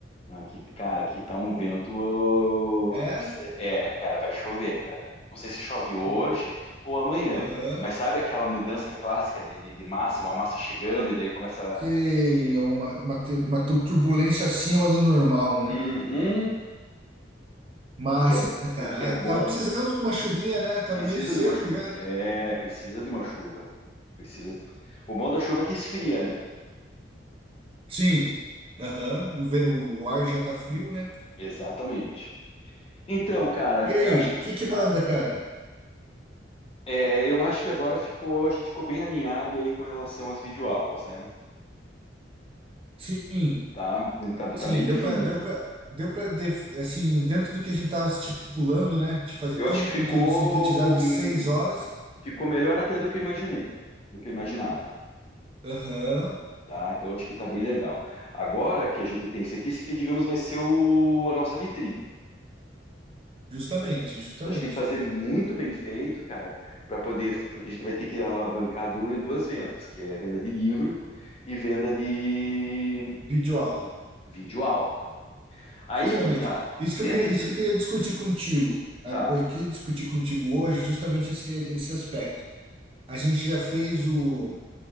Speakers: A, on the left (about 30°); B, on the right (about 30°).
A: Não, Aqui, cara, aqui tá um vento. ô,
B: É?
A: É, abs- é, cara, vai chover, cara. Não sei se chove hoje
B: Que-
A: ou amanhã,
B: Aham.
A: mas sabe aquela mudança clássica de, de, de massa, uma massa chegando e daí começa
B: Sei, é uma, uma, tu- uma tu- turbulência acima do normal, né?
A: Uhum.
B: Massa,
A: O que é, o
B: cara.
A: que é
B: Ah,
A: bom.
B: Tava precisando de uma chuvinha, né? Tava
A: Precisa
B: meio seco
A: de uma chuva.
B: já, né?
A: É, precisa de uma chuva. Precisa. O bom da chuva é que esfria, né?
B: Sim. Aham. O, ve- o ar já tá frio, né?
A: Exatamente. Então, cara,
B: E
A: eu
B: aí,
A: acho,
B: o que que manda,
A: ah,
B: cara?
A: é, eu acho que agora ficou, a gente ficou bem alinhado aí com relação às videoaulas, né?
B: Sim,
A: Tá, tá,
B: sim,
A: tá bem
B: deu
A: definido.
B: pra, deu pra, deu pra, def- assim, dentro do que a gente tava estipulando, né? De fazer
A: Eu
B: todo
A: acho que
B: o
A: ficou,
B: conteúdo sintetizado em seis
A: hum,
B: horas.
A: ficou melhor até do que eu imaginei, do que eu imaginava.
B: Aham.
A: Tá? Então, acho que tá bem legal. Agora que a gente tem esse aqui, esse aqui, digamos, vai ser o, a nossa vitrine.
B: Justamente,
A: A gente-
B: justamente.
A: Então a gente tem que fazer muito bem feito, cara, para poder, porque a gente vai ter que alavancar du- duas vendas, que é venda de livro e venda de
B: Videoaula.
A: videoaula. Aí
B: Justamente.
A: é que tá.
B: Isso
A: Venda
B: que eu queria, isso
A: de.
B: que eu queria discutir contigo. a-
A: Tá,
B: Eu queria discutir contigo hoje justamente esse, esse aspecto. A gente já fez o.